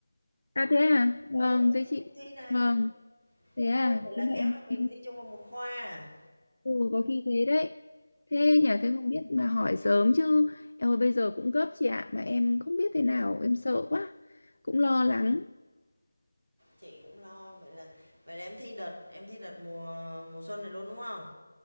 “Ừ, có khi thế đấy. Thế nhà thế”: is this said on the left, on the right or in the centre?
Left